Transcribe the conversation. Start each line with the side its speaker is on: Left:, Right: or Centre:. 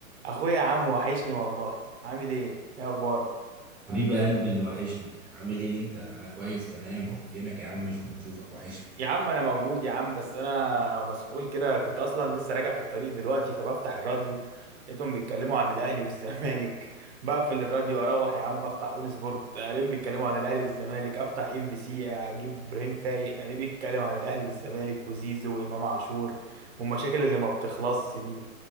Right: اخويا يا عم وحشني والله عامل ايه ايه اخبارك
Centre: حبيب قلبي اللي وحشني عامل ايه انت انا كويس تمام فينك يا عم مش بنشوفك وحشني
Right: يا عم انا موجود يا عم بس انا مسحول كده كنت اصلا لسه راجع في الطريق دلوقتي فبفتح الراديو لقيتهم بيتكلموا عن الاهلي والزمالك <laughs> بقفل الراديو اروح يا عم افتح اون سبورت الاقيهم بيتكلموا عن الاهلي والزمالك افتح ام بي سي اجيب ابراهيم فايق الاقيه بيتكلم عن الاهلي والزمالك وزيزو وامام عاشور والمشاكل اللي ما بتخلصش دي